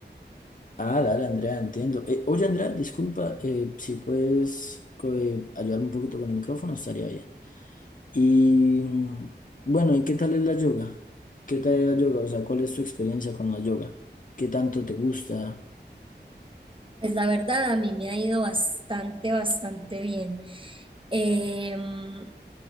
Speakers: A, on the left; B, on the right.
A: Ah, dale, Andrea, entiendo. Eh, oye, Andrea, disculpa, eh, si puedes co- eh, ayudarme un poquito con el micrófono, estaría bien. Y mm, bueno, ¿y qué tal es la yoga? ¿Qué tal es la yoga? O sea, ¿cuál es tu experiencia con la yoga? ¿Qué tanto te gusta?
B: Pues la verdad, a mí me ha ido bastante, bastante bien. Em,